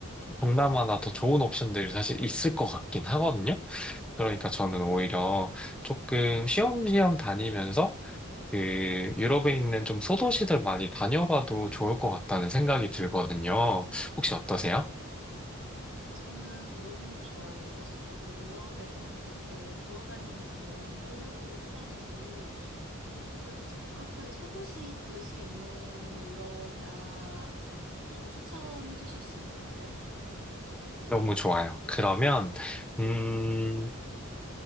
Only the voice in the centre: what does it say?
동남아나 더 좋은 옵션들이 사실 있을 것 같긴 하거든요. 그러니까 저는 오히려 조금 쉬엄쉬엄 다니면서 그 유럽에 있는 좀 소도시들 많이 다녀봐도 좋을 것 같다는 생각이 들거든요. 혹시 어떠세요?
너무 좋아요. 그러면, 음,